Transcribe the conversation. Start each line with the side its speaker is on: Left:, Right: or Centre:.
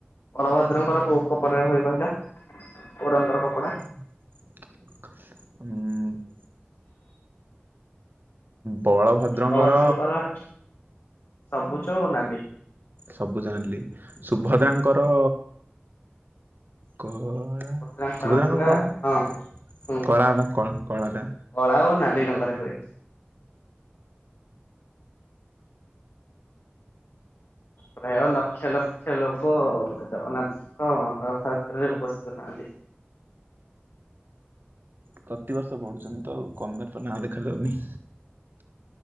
Left: ବଳଭଦ୍ରଙ୍କର କୋଉ କପଡା ରେ ହୁଏ କହିଲା?
Right: <unintelligible> ବଳଭଦ୍ରଙ୍କର
Left: ବଳଭଦ୍ରଙ୍କର ସବୁଜ ଓ ନାଲି।
Right: ସବୁଯ ନାଲି ସୁଭଦ୍ରାଙ୍କର କଳା
Left: ଭଦ୍ରାଙ୍କର
Right: ସୁଭଦ୍ରନାଙ୍କର
Left: ହେଲା
Right: କଳା ନା?
Left: ହଁ ହୁଁ
Right: କଳା ନା କଣ କଳାଟା
Left: କଳା ଓ ନାଲି ରଙ୍ଗରେ ହୁଏ। ପ୍ରାୟ ଲକ୍ଷ ଲକ୍ଷ ଲୋକ ଜଗନ୍ନାଥ କଣ ରଥଯାତ୍ରରେ ଉପସ୍ଥିତ ଥାନ୍ତି।
Right: ପ୍ରତି ବର୍ଷ ବଢୁଛନ୍ତି ତ ଆଉ କନ୍ମେସନ୍ ରେ ନାଁ ଦେଖାାଯାଉନି।